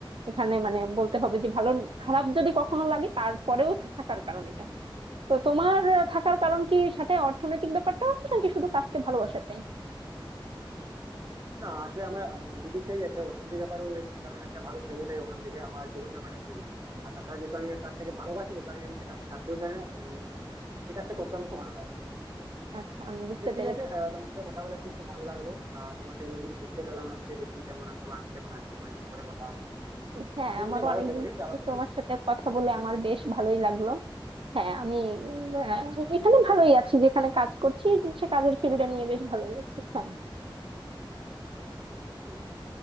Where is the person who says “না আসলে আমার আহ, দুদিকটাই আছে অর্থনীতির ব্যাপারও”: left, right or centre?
Right